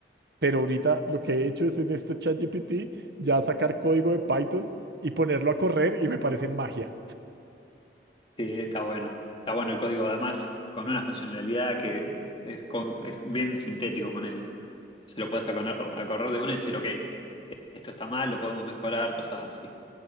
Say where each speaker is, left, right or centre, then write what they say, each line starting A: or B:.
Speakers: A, on the right; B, on the left.
A: pero ahorita lo que he hecho es en este ChatGPT ya sacar código de Python y ponerlo a correr y me parece magia.
B: Sí, está bueno. Está bueno el código, además, con una funcionalidad que es, co- es bien sintético, ponele. Se lo puedes acor- acordar de una y decir, ok, esto está mal, lo podemos mejorar, cosas así.